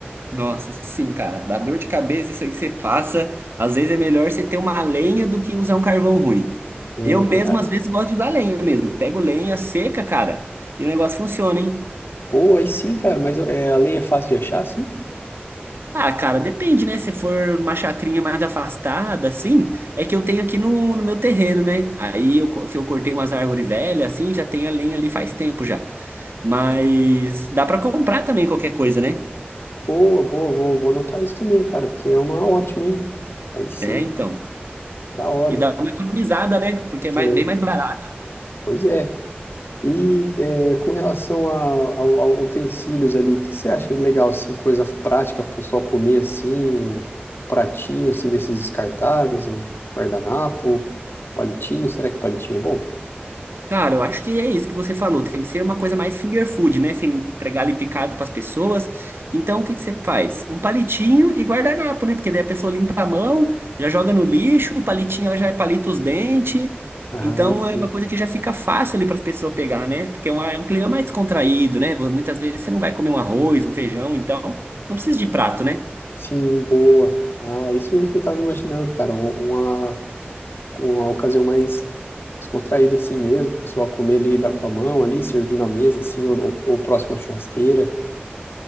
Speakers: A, on the right (about 70°); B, on the left (about 70°).
A: Nossa, sim, cara, dá dor de cabeça isso aí que você passa. Às vezes é melhor você ter uma lenha do que usar um carvão ruim.
B: É
A: Eu mesmo,
B: verdade.
A: às vezes, gosto de usar lenha mesmo. Pego lenha seca, cara, e o negócio funciona, hein?
B: Pô, aí sim, cara, mas é, a lenha é fácil de achar, sim?
A: Ah, cara, depende, né? Se for uma chacrinha mais afastada, assim, é que eu tenho aqui no, no meu terreno, né? Aí eu, co- que eu cortei umas árvores velhas, assim, já tem a lenha ali faz tempo já. Mas dá pra comprar também qualquer coisa, né?
B: Boa, boa, vou, vou anotar isso também, cara, porque é uma ótima, hein? Aí sim,
A: É, então.
B: da hora.
A: E dá uma economizada, né? Porque é mais-
B: É,
A: bem mais barato.
B: pois é. E é, com relação a, ao- ao utensílios ali, o que você acha legal, assim, coisa prática para o pessoal comer, assim, um, um pratinho, assim, desses descartáveis, um guardanapo, palitinho, será que palitinho é bom?
A: Cara, eu acho que é isso que você falou. Tem que ser uma coisa mais finger food, né? Você entregar ali picado para as pessoas. Então, o que que você faz? Um palitinho e guardanapo, né? Porque daí a pessoa limpa a mão, já joga no lixo, o palitinho ela já palita os dentes.
B: Ah,
A: Então,
B: aí sim.
A: é uma coisa que já fica fácil ali para as pessoas pegar, né? Porque é uma- é um clima mais descontraído, né? Muitas vezes você não vai comer um arroz, um feijão, então não precisa de prato, né?
B: Sim, boa. Ah, é isso mesmo que eu tava imaginando, cara, um- uma, uma ocasião mais descontraída, assim mesmo, o pessoal comer ali da- com a mão, ali, servindo à mesa, assim, ou, ou, ou próximo à churrasqueira.